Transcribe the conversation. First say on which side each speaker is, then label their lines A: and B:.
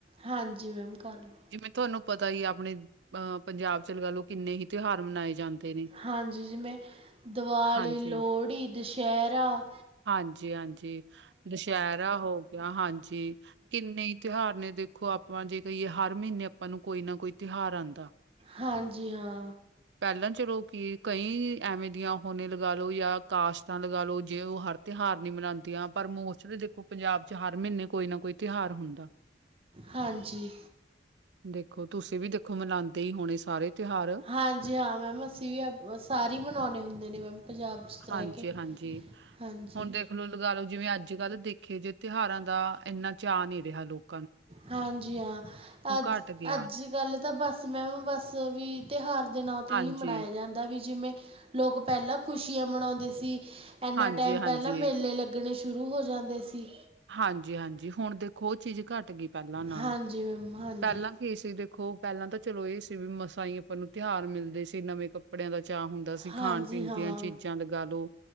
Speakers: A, on the right; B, on the right.
A: ਹਾਂਜੀ ਮੈਮ ਕਰਲੋ
B: ਜਿਵੇਂ ਤੁਹਾਨੂੰ ਪਤਾ ਈ ਆ ਆਪਣੇ ਅਹ ਪੰਜਾਬ ਚ ਲਗਾ ਲਓ ਕਿੰਨੇ ਹੀ ਤਿਉਹਾਰ ਮਨਾਏ ਜਾਂਦੇ ਨੇ
A: ਹਾਂਜੀ ਜਿਵੇਂ ਦਿਵਾਲੀ,
B: ਹਾਂਜੀ,
A: ਲੋਹੜੀ, ਦੁਸ਼ਹਿਰਾ।
B: ਹਾਂਜੀ- ਹਾਂਜੀ ਦੁਸ਼ਹਿਰਾ ਹੋ ਗਿਆ ਹਾਂਜੀ ਕਿੰਨੇ ਈ ਤਿਉਹਾਰ ਨੇ ਦੇਖੋਂ ਆਪਾਂ ਜੇ ਕਹੀਏ ਹਰ ਮਹੀਨੇ ਆਪਾਂ ਨੂੰ ਕੋਈ ਨਾ ਕੋਈ ਤਿਉਹਾਰ ਆਂਦਾ
A: ਹਾਂਜੀ ਹਾਂ
B: ਪਹਿਲਾਂ ਚਲੋ ਕਿ ਕਈ ਐਵੇਂ ਦੀਆਂ ਹੋਨੇ ਲਗਾ ਲਓ ਜਾਂ ਕਾਸ਼ਤਾਂ ਲਗਾ ਲੋ ਜੇ ਉਹ ਹਰ ਤਿਉਹਾਰ ਨੀ ਮਨਾਦੀਆਂ ਪਰ ਮੋਸਟਲੀ ਦੇਖੋਂ ਪੰਜਾਬ ਚ ਹਰ ਮਹੀਨੇ ਕੋਈ ਨਾ ਕੋਈ ਤਿਉਹਾਰ ਹੁੰਦਾ
A: ਹਾਂਜੀ।
B: ਦੇਖੋਂ ਤੁਸੀਂ ਵੀ ਦੇਖੋਂ ਮਨਾਂਦੇ ਈ ਹੋਣੇ ਸਾਰੇ ਤਿਉਹਾਰ
A: ਹਾਂਜੀ ਹਾਂ ਮੈਮ ਅਸੀਂ ਵੀ ਆਪ ਸਾਰੇ ਮਨਾਉਣੇ ਹੁੰਦੇ ਨੇ ਮੈਮ ਪੰਜਾਬ 'ਚ ਰਹਿ
B: ਹਾਂਜੀ
A: ਕੇ
B: -ਹਾਂਜੀ
A: ਹਾਂਜੀ
B: ਹੁਣ ਦੇਖ ਚਲੋ ਲਗਾ ਲਓ, ਜਿਵੇਂ ਅੱਜ- ਕੱਲ੍ਹ ਦੇਖੇ ਜੇ ਤਿਉਹਾਰਾਂ ਦਾ ਐਨਾ ਚਾਅ ਨੀ ਰਿਹਾ ਲੋਕ
A: ਹਾਂਜੀ ਹਾਂ ਅੱਜ
B: ਘੱਟ ਗਿਆ
A: ਅੱਜ ਗੱਲ ਤਾਂ ਬਸ ਮੈਮ ਬਸ ਵੀ ਤਿਉਹਾਰ ਦੇ ਨਾਂ ਤੇ
B: ਹਾਂਜੀ,
A: ਹੀ ਮਨਾਇਆ ਜਾਂਦਾ ਵੀ ਜਿਵੇਂ ਲੋਕ ਪਹਿਲਾਂ ਖ਼ੁਸ਼ੀਆਂ ਮਨਾਉਂਦੇ ਸੀ ਐਨਾ
B: ਹਾਂਜੀ-ਹਾਂਜੀ,
A: ਟਾਇਮ ਪਹਿਲਾਂ ਮੇਲੇ ਲੱਗਣੇ ਸ਼ੁਰੂ ਹੋ ਜਾਂਦੇ ਸੀ
B: ਹਾਂਜੀ -ਹਾਂਜੀ ਹੁਣ ਦੇਖੋਂ ਉਹ ਚੀਜ਼ ਘੱਟ ਗਈ ਪਹਿਲਾਂ ਨਾਲੋਂ
A: ਹਾਂਜੀ ਮੈਮ ਹਾਂਜੀ
B: ਪਹਿਲਾਂ ਕੀ ਸੀ ਦੇਖੋਂ ਪਹਿਲਾਂ ਤਾਂ ਚਲੋ ਇਹ ਸੀ ਵੀ ਮਸਾਂ ਈ ਆਪਾਂ ਨੂੰ ਤਿਉਹਾਰ ਮਿਲਦੇ ਸੀ ਨਵੇਂ ਕੱਪ ਕੱਪੜਿਆਂ ਦਾ ਚਾਅ ਹੁੰਦਾ ਸੀ ਖਾਣ
A: ਹਾਂਜੀ
B: ਪੀਣ
A: ਹਾਂ
B: ਦੀਆਂ ਚੀਜ਼ਾਂ ਲਗਾ ਲੋ